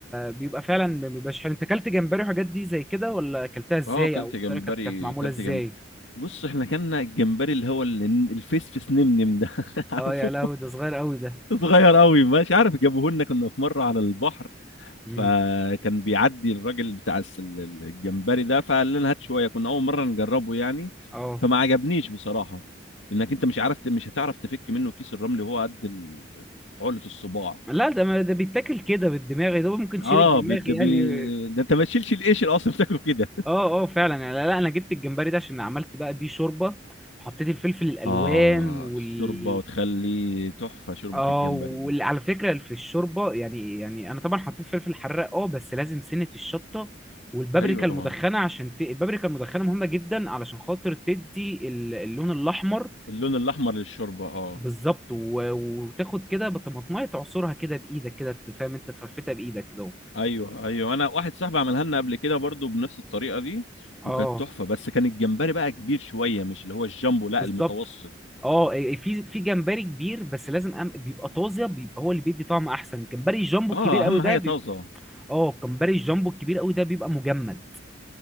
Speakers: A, in the centre; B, on the left.
A: بيبقى فعلا ما بيبقاش حلو انت اكلت جمبري وحاجات دي زي كده ولا اكلتها ازاي
B: اه كلت
A: او إيه الطريقه
B: جمبري
A: كانت كانت معموله
B: كلت
A: ازاي
B: جمب بص احنا كنا الجمبري اللي هو ال- الفيس فيس نمنم ده <laughs> عارفه
A: اه يا لهوي ده صغير قوي ده
B: صغير قوي مش عارف جابوه لنا كنا في مره على البحر
A: مم.
B: فكان بيعدي الراجل بتاع الس- ال- ال- الجمبري ده فقال لنا هات شويه كنا اول مره نجربه يعني
A: اه
B: فما عجبنيش بصراحه انك انت مش عارف ت- مش هتعرف تفك منه كيس الرمل وهو قد ال- عقله الصباع
A: لا ده ما ده بيتاكل كده بالدماغ ده ممكن تشيل
B: اه
A: الدماغ
B: بد... بي...
A: يعني
B: ده انت ما تشيلش القشر اصلا بتاكله كده
A: اه اه فعلا يعني لا, لا انا جبت الجمبري ده عشان عملت بقى بيه شوربه حطيت الفلفل الالوان
B: آه
A: وال
B: الشوربة وتخلي تحفة شوربة
A: اه
B: الجمبري
A: وعلى
B: دي
A: فكره في الشوربه يعني يعني انا طبعا حطيت فلفل حراق اه بس لازم سنه الشطه والبابريكا
B: أيوة طبعا
A: المدخنه عشان ت... البابريكا المدخنه مهمه جدا علشان خاطر تدي ال- اللون الاحمر
B: اللون الأحمر للشوربة آه
A: بالظبط و... وتاخد كده بطماطمايه تعصرها كده بايدك كده ت- فاهم انت تفرفتها بايدك كده اهو.
B: أيوة أيوة أنا واحد صاحبي عملها لنا قبل كده برضو بنفس الطريقة دي
A: اه
B: وكانت تحفة بس كان الجمبري بقى كبير شوية مش اللي هو الجامبو لا
A: بالظبط
B: المتوسط
A: اه إيه، في في جمبري كبير بس لازم أم... بيبقى طازه بيبقى هو اللي بيدي طعم احسن الجمبري الجامبو
B: آه
A: الكبير قوي
B: أهم
A: ده
B: حاجة
A: بيبقى
B: طازة
A: اه الجمبري الجامبو الكبير قوي ده بيبقى مجمد